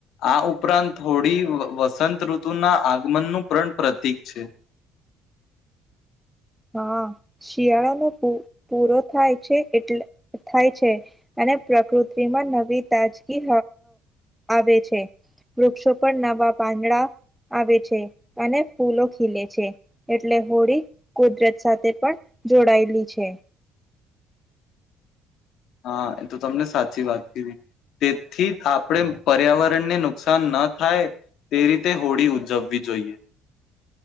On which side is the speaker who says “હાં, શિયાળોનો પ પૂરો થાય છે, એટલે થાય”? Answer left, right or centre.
Centre